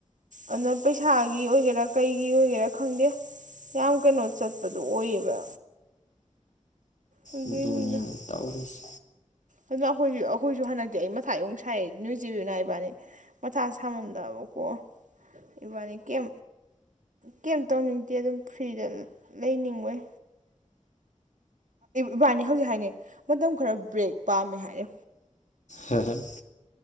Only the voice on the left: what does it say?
ꯅꯤ ꯇꯎꯔꯤꯁ
ꯍꯝ ꯍꯝ